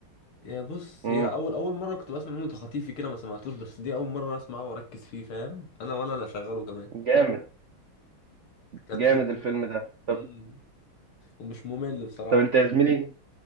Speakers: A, on the left; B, on the right.
A: يا بص
B: امم
A: هي اول اول مرة كنت بسمع منه تخاطيفي كده ما سمعتوش بس دي اول مرة اسمعه واركز فيه فاهم انا ولا لا شغاله كمان
B: جامد
A: كان
B: جامد
A: فيلم
B: الفيلم ده
A: مم،
B: طب
A: ومش ممل بصراحة
B: طب انت يا زميلي